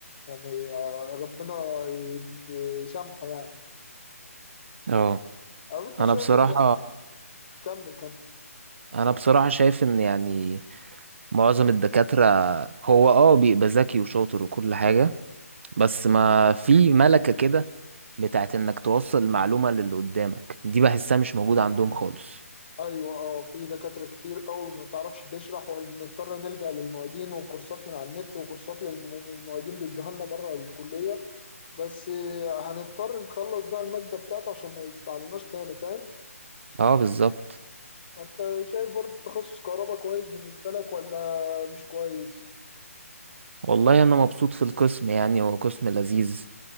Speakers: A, on the left; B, on the right.
A: يعني آه، ربنا ي- يسامحه يعني
B: اه
A: او انت
B: انا
A: شايف
B: بصراحة
A: ان كمل كمل
B: انا بصراحة شايف ان يعني معظم الدكاترة هو اه بيبقى ذكي وشاطر وكل حاجة بس ما في ملكة كده بتاعت انك توصل المعلومة للي قدامك دي بحسها مش موجودة عندهم خالص
A: ايوه اه في دكاتره كتير قوي ما بتعرفش تشرح وبنضطر نلجأ للمعيدين وكورسات من على النت وكورسات للم- المعيدين بيدوها لنا بره الكليه بس آه، هنضطر نخلص بقى الماده بتاعته عشان ما يطلع لناش تاني فاهم
B: اه بالظبط
A: فانت شايف برضه تخصص كهرباء كويس بالنسبه لك ولا مش كويس
B: والله انا مبسوط في القسم يعني هو قسم لذيذ